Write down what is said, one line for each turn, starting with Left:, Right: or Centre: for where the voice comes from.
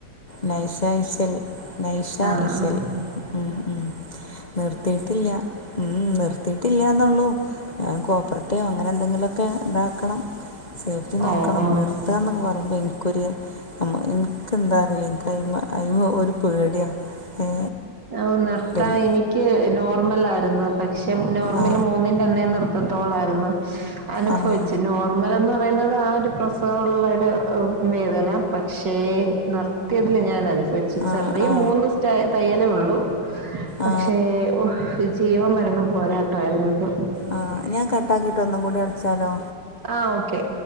Left: നൈസ ഇഷൽ നൈഷ
Right: ആഹ്
Left: ഇഷൽ
Right: ആഹ്
Left: ഉം ഉം നിർത്തിയിട്ടില്ല്യ ഉം നിർത്തിയിട്ടില്ലന്നുള്ളൂ ഞാൻ കോപ്പർടീയോ അങ്ങനെ എന്തെങ്കിലും ഒക്കെ ഇതാക്കണം സേഫ്റ്റി നോക്കണം
Right: ഓഹ് ഓഹ്
Left: നിർത്തുക എന്നൊക്കെ പറയുമ്പോൾ എനിക്കൊരു. അമ്മ എനിക്ക് എന്താ അറയില്ല എനിക്ക് അയ്മ അയമൊരു പേടിയാണ് ഏ
Right: ഓ നിർത്താ
Left: ഡൽഹി
Right: എനിക്ക് നോർമൽ ആരുന്നു പക്ഷെ നോർമല്
Left: ആ
Right: മൂന്നി തന്നെ നിർത്തത്തോളായിരുന്നു അനുഭവിച്ച്
Left: ആ ആ
Right: നോ അമ്മലന്ന് പറയുന്നത് ആഹ് ഒരു പ്രസവമുള്ള ഒരു വേദന പക്ഷേ നിർ ത്യതിൽ ഞാൻ അനുഭവിച്ചു
Left: ആ
Right: ചെറിയ
Left: ആ
Right: മൂന്ന് സ്റ്റ തയ്യലേ ഉള്ളൂ. പക്ഷേ
Left: ആ
Right: ജീവ മരണ പോരാട്ടമായിരുന്നു എന്തോ
Left: ആഹ് ഞാൻ കട്ടാക്കിയിട്ട് ഒന്നും കൂടി വിളിച്ചാലോ?
Right: ആഹ് ഓക്കെ.